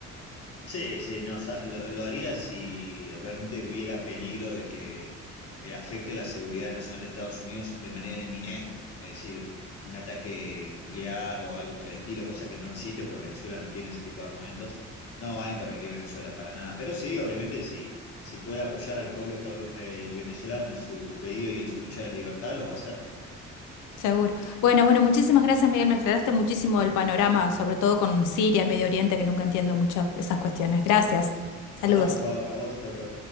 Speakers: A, on the left; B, on the left.
A: Sí, sí, no, sa- lo, lo haría si realmente hubiera peligro de que eh, afecte la seguridad nacional de Estados Unidos de manera inminente, es decir, un ataque nuclear o algo por el estilo, cosa que no existe porque Venezuela no tiene ese tipo de armamentos, no va a intervenir Venezuela para nada, pero sí, obviamente, si, si puede apoyar al pueblo estad- eh, venezolano en su pedido y en su lucha de libertad, lo va a hacer.
B: Seguro. Bueno, bueno, muchísimas gracias, Miguel, me aclaraste muchísimo el panorama, sobre todo con Siria, Medio Oriente, que nunca entiendo mucho esas cuestiones. Gracias. Saludos.
A: Nada, por favor, a vos, chau, chau.